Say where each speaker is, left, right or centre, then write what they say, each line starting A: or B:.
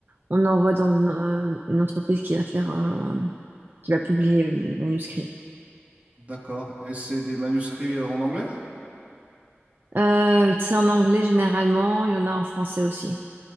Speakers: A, on the right; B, on the right.
A: on envoie dans une, euh, une entreprise qui va faire, euh, qui va publier les manuscrits.
B: D'accord. Et c'est des manuscrits en anglais?
A: Euh, c'est en anglais généralement. Il y en a en français aussi.